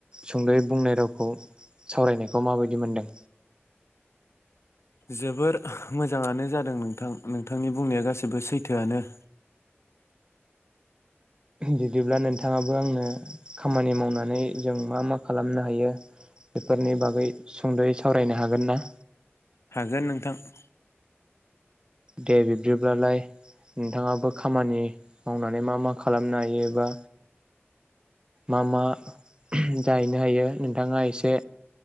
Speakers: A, on the right; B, on the left.
A: सुंदयै बुंनाय रावखौ सावरायनायखौ माबायदि मोनदों?
B: जोबोर मोजाङानो जादों नोंथां नोंथांनि बुंनाया गाससिबो सैथोआनो ।
A: बिदिब्ला नोंथाङाबो आंनो खामानि मावनानै जों मा मा खालामनो हायो बेफोरनि बागै सुंदयै सावरायनो हागोन ना?
B: हागोन नोंथां ।
A: दे बिबदिब्लालाय नोंथाङाबो खामानि मावनानै मा मा खालामनो हायो बा मा मा जाहैनो हायो नोंथाङा एसे